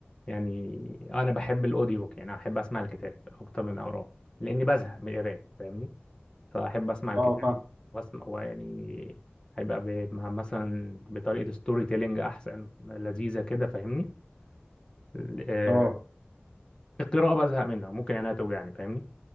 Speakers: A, on the left; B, on the right.
A: يعني أنا بحب الأوديو بوك يعني أحب أسمع الكتاب أكتر من أقراه لأني بزهق من القراية فاهمني فأحب أسمع الكتاب
B: اه فاهم
A: واسمع ويعني هيبقى ب- مع- مثلا بطريقة ستوري تيلينج أحسن لذيذة كده فاهمني ال- آه،
B: اه
A: القراءة بزهق منها ممكن يعني هتوجعني فاهمني